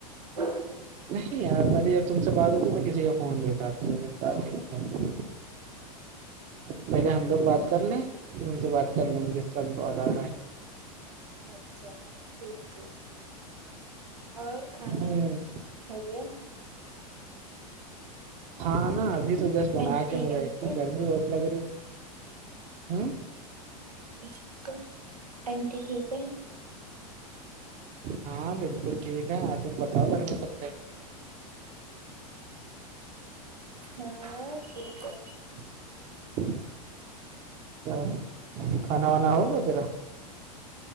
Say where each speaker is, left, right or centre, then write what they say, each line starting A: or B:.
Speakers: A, on the right (about 75°); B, on the right (about 35°).
A: <inaudible>
B: نہیں یار پہلے جب تم سے بات ہوتی میں کسی کا فون نہیں اٹھاتا ہو
A: <inaudible>
B: پہلے ہم لوگ بات کر لیں پھر ان سے بات کر لیں گے اس کا بھی کال آرہا ہے
A: اچھا ٹھیک ٹھیک اور
B: ہے
A: کھانا
B: ہ
A: ہو گیا
B: ہاں نا ابھی تو جسٹ بنا
A: آنٹی
B: کے
A: ٹھیک
B: میں
A: ہے
B: بیٹھی
A: گھر پہ
B: گرمی بہت لگ رہی ہوں
A: <unintelligible> آنٹی ٹھیک ہے
B: ہاں بالکل ٹھیک ہے تم بتاؤ گھر میں سب کیسے ہے
A: ہاں ٹھیک ہے
B: <inaudible> تو کھانا وانا ہوگیا تیرا